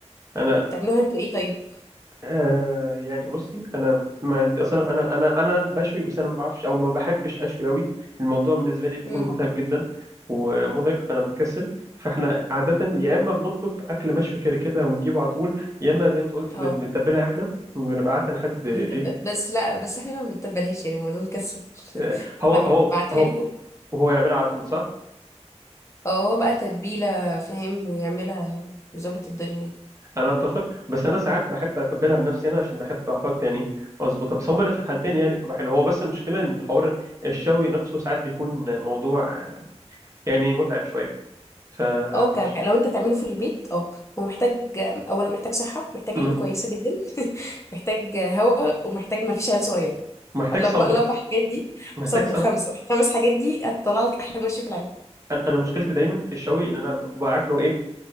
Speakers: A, on the right; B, on the left.
A: انا
B: تعملوها انتوا ايه طيب
A: آه يعني بصي انا ما عندي اصلا انا انا انا بشوي بس انا ما بعرفش او ما بحبش اشوي قوي الموضوع بالنسبه لي بيكون
B: امم
A: متعب جدا ومرهق فانا بكسل فاحنا عاده يا اما بنطلب اكل مشوي كده كده ونجيبه على طول يا اما زي ما انت قلتي
B: اه
A: بن- بنتبلها احنا ونبعتها لحد ايه
B: بنتب... بس لا بس احنا ما بنتبلهاش يعني الموضوع مكسل
A: آه،
B: <laughs>
A: هو
B: احنا
A: هو
B: بنبعتها
A: هو
B: له
A: وهو يعملها على طول صح
B: اه هو بقى تتبيله فاهم ويعملها ويظبط الدنيا يعني
A: انا اتفق بس انا ساعات بحب اتبلها بنفسي انا عشان بحب احط يعني اظبطها بس هما اللي في الحالتين يعني بتبقى حلوه هو بس المشكله ان حوار الشوي نفسه ساعات بيكون موضوع يعني متعب شويه فمش
B: اه ك- ك- لو انت تعمله في البيت اه هو محتاج آم، اولا محتاج صحه محتاج
A: امم
B: عين كويسه جدا محتاج آه، هواء ومحتاج ما فيش عيل صغير
A: محتاج
B: الاربع
A: صبر
B: الاربع حاجات دي
A: محتاج
B: وصب
A: صبر
B: خمسه الخمس حاجات دي هتطلع لك احلى مشي في العالم
A: انا أنا مشكلتي دايما في الشوي ان انا بعرف له ايه